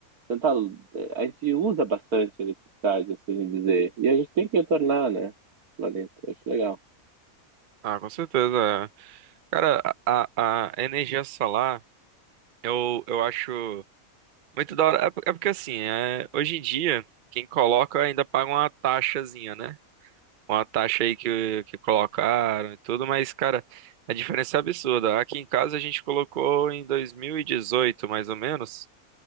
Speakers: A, on the right; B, on the right.
A: tanta, eh, a gente usa bastante eletricidade, assim dizer, e a gente tem que retornar, né? Planeta, eu acho legal.
B: Ah, com certeza. é. Cara, a, a, a energia solar, eu, eu acho muito da hora. É, por- é porque assim, é, hoje em dia, quem coloca ainda paga uma taxazinha, né? Uma taxa aí que, que colocaram e tudo, mas, cara, a diferença é absurda. Aqui em casa a gente colocou em 2018, mais ou menos.